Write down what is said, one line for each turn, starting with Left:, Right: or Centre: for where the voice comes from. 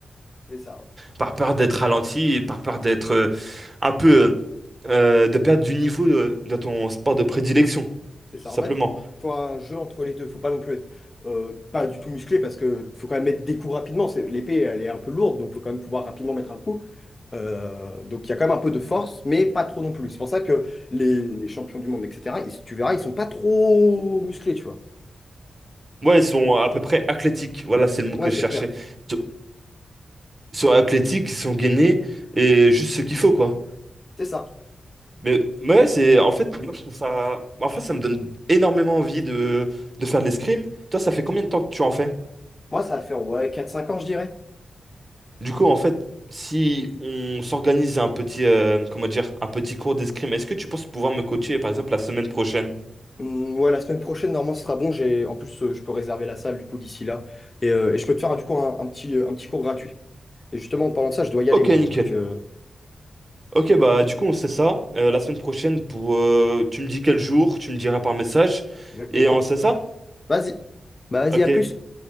Left: C'est ça. ouais.
Right: par peur d'être ralenti et par peur d'être euh, un peu euh, de perdre du niveau de, de ton sport de prédilection, tout
Left: C'est ça.
Right: simplement.
Left: En fait, faut un jeu entre les deux. Faut pas non plus être euh, pas du tout musclé parce que faut quand même mettre des coups rapidement. C'est- L'épée, elle est un peu lourde, donc faut quand même pouvoir rapidement mettre un coup. Euh, donc il y a quand même un peu de force, mais pas trop non plus. C'est pour ça que les, les champions du monde, etc., ils- tu verras, ils sont pas trop musclés, tu vois.
Right: Moi, ils sont à peu près athlétiques. Voilà, c'est le mot
Left: Ouais,
Right: que je
Left: c'est
Right: cherchais.
Left: clair.
Right: Ils sont ils sont athlétiques, ils sont gainés et juste ce qu'il faut, quoi.
Left: C'est ça.
Right: Mais, mais ouais, c'est en fait, moi je trouve ça. En fait, ça me donne énormément envie de, de faire de l'escrime. Toi, ça fait combien de temps que tu en fais?
Left: Moi, ça va faire ouais, quatre cinq ans, je dirais.
Right: Du coup, en fait, si on s'organise un petit, euh, comment dire, un petit cours d'escrime, est-ce que tu penses pouvoir me coacher, par exemple, la semaine prochaine?
Left: Hum, ouais, la semaine prochaine, normalement, ce sera bon. J'ai... En plus, euh, je peux réserver la salle, du coup, d'ici là. Et, euh, et je peux te faire, du coup, un, un petit, un petit cours gratuit. Et justement, en parlant de ça, je dois y aller,
Right: Ok,
Left: moi.
Right: nickel.
Left: Donc, euh,
Right: Ok, bah du coup, on sait ça. Euh, la semaine prochaine, pour, euh, tu me dis quel jour, tu me diras par message,
Left: Exactement.
Right: et on sait ça?
Left: Vas-y. Bah vas-y,
Right: Ok,
Left: à plus.